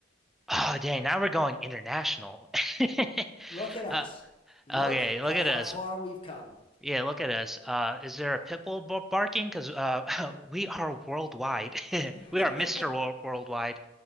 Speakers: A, in the centre; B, on the left.
A: <sighs> oh, dang. Now we're going international. <laughs>
B: Look at us.
A: Uh,
B: Look
A: okay. Look
B: at
A: at
B: how
A: us.
B: far we've come.
A: Yeah, look at us. Uh, is there a pit bull bar- barking? Because uh, <laughs> we are worldwide.
B: <laughs>
A: <laughs> We are Mr. Wor- Worldwide.